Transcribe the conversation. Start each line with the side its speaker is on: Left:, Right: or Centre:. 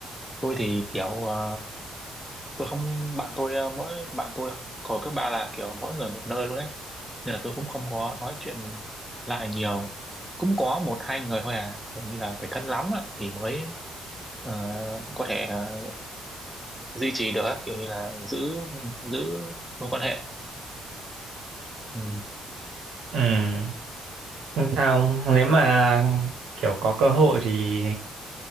Centre: tôi thì kiểu ờ, tôi không bạn tôi ờ, mỗi bạn tôi hồi cấp 3 là kiểu mỗi người một nơi luôn đấy nên là tôi cũng không có nói chuyện lại nhiều cũng có một hai người thôi à kiểu như là phải thân lắm á, thì mới ờ, có thể ờ, duy trì được á, kiểu như là giữ giữ mối quan hệ ừ.
Right: ừ, không sao nếu mà kiểu có cơ hội thì